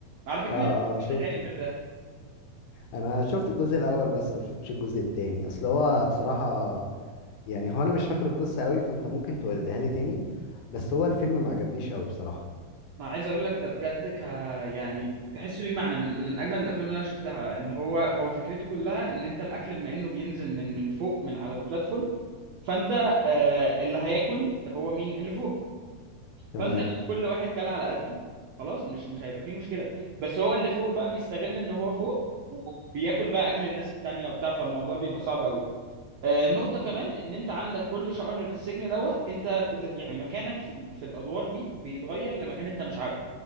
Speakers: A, on the right; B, on the left.
A: على فكره
B: اه
A: ليه
B: اه
A: جزء
B: شفته
A: تاني الفيلم ده
B: انا شفت الجزء الاول بس ما شفتش الجزء التاني اصل هو بصراحة يعني هو انا مش فاكر القصة قوي فانت ممكن تقولها لي تاني بس هو الفيلم ما عجبنيش قوي بصراحة
A: انا عايز اقول لك ده بجد ك يعني تحسه ليه معنى من من اجمد الافلام اللي انا شفتها اللي هو هو فكرته كلها ان انت الاكل بما انه بينزل من من فوق من على البلاتفورم فانت آه اللي هياكل هو مين اللي فوق
B: تمام
A: فانت لو كل واحد كل على قده خلاص مش مش هيبقى فيه مشكله بس هو اللي فوق بقى بيستغل ان هو فوق وبياكل بقى اكل الناس التانية وبتاع فالموضوع بيبقى صعب قوي آه نقطه كمان ان انت عندك كل شهر في السجن دوت انت بت... يعني مكانك في ال... في الادوار دي بيتغير لمكان انت مش عارفه